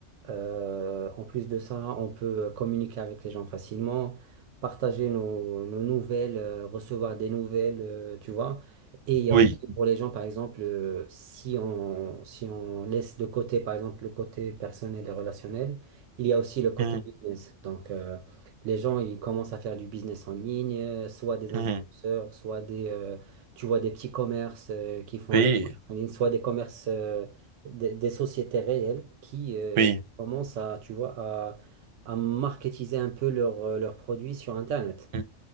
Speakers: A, on the right; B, on the right.
A: Euh, en plus de ça, on peut euh, communiquer avec les gens facilement, partager nos, nos nouvelles, euh, recevoir des nouvelles, euh, tu vois. Et il y
B: Oui.
A: a aussi pour les gens, par exemple, euh, si on, si on laisse de côté, par exemple, le côté personnel et relationnel, il y a aussi le côté
B: Mhm.
A: business. Donc, euh, les gens, ils commencent à faire du business en ligne, euh, soit des
B: Mhm.
A: influenceurs, soit des, euh, tu vois, des petits commerces, euh, qui font
B: Oui.
A: le en ligne, soit des commerces, euh, des, des sociétés réelles qui, euh,
B: Oui.
A: commencent à, tu vois, à, à marketiser un peu leurs euh, leurs produits sur Internet.
B: Mhm.